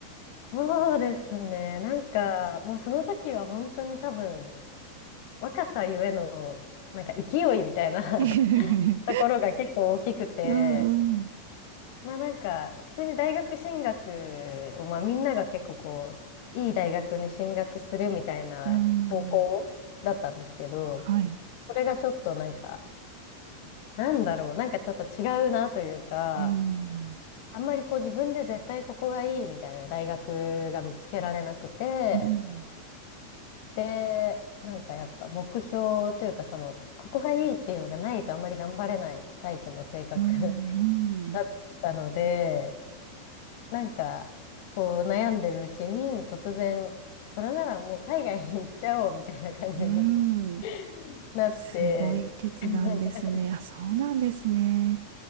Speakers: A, on the left; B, on the right.
A: そうですね。なんか、もうその時は本当に多分、若さゆえの、なんか勢いみたいな
B: <laughs> うん
A: <laughs> ところが結構大きくて、
B: うん。
A: まあなんか、普通に大学進学を、まあみんなが結構こう、いい大学に進学するみたいな方向だったんですけど、
B: うん。はい。
A: それがちょっとなんか、なんだろう、なんかちょっと違うなというか、
B: うん。
A: あんまりこう自分で絶対ここがいいみたいな大学が見つけられなくて、
B: うん。
A: で、なんかやっぱ目標というか、その、ここがいいっていうのがないとあんまり頑張れないタイプの性格
B: うん。うん。
A: <laughs> だったので、なんか、こう悩んでるうちに突然、それならもう海外に行っちゃおうみたいな感じに
B: うん
A: <laughs> なって、
B: すごい決断ですね。
A: <laughs>
B: あ、そうなんですね。